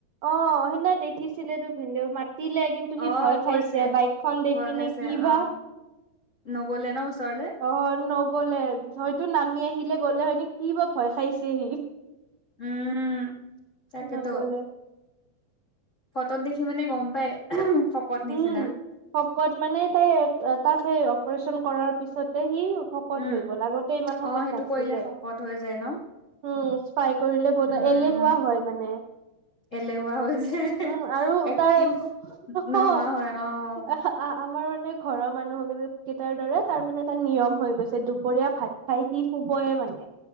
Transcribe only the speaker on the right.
অ সেদিনা দেখিছিলেত তো ভিন্দৌ মাতিলে কিন্তু,
সি ভয় খাইছে
বাইকখন দেখি
নে কিবা।
অ নগলে। হয়তো নামি আহিলে গ'লে হয়নি কি বা ভয় খাইছে হি।
নগলে
উম শকত মানে তাই তাক সেই অপাৰেচন কৰাৰ পিছতে সি, শকত
হৈ গ'ল আগতে ইমান শকত
নাছিলে।
উম স্পাই কৰিলে বহুত
এলেহুৱা হয় মানে।
উম আৰু
তাৰ আমাৰ
মানে ঘৰৰ মানুহ কেইটাৰ দৰে তাৰ মানে এটা নিয়ম হৈ গৈছে দুপৰীয়া ভাত, খাই সি শুবয়ে মানে